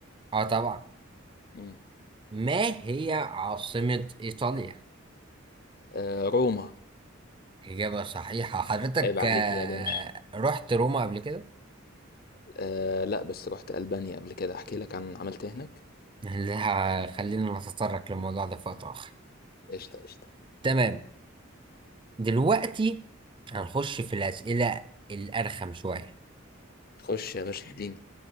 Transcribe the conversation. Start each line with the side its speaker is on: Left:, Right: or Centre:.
Right: اه طبعا
Left: مم.
Right: ما هي عاصمة ايطاليا
Left: آه روما
Right: اجابة صحيحة حضرتك
Left: عيب عليك
Right: آه،
Left: يا باشا
Right: رحت روما قبل كده
Left: آه لا بس رحت البانيا قبل كده احكي لك عن عملت إيه هناك
Right: لا خلينا نتطرق للموضوع ده في وقت اخر
Left: قشطة قشطة
Right: تمام دلوقتي هنخش في الاسئلة الارخم شوية
Left: خش يا باشا اديني